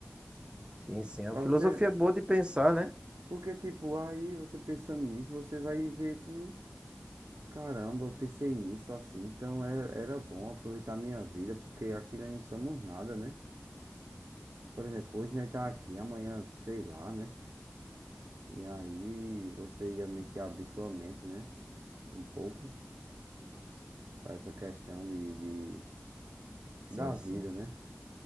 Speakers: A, on the right; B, on the right.
A: Sim, sim. É
B: Pra
A: uma filosofia
B: você.
A: boa de pensar, né?
B: Porque, tipo, aí você pensando nisso, você vai ver que. Caramba, eu pensei nisso assim. Então era, era bom aproveitar a minha vida, porque aqui nós não somos nada, né? Por exemplo, hoje nós tá aqui, amanhã, sei lá, né? E aí você ia meio que abrir sua mente, né? Um pouco. para essa questão de... de-
A: Sim,
B: Da vida,
A: sim.
B: né?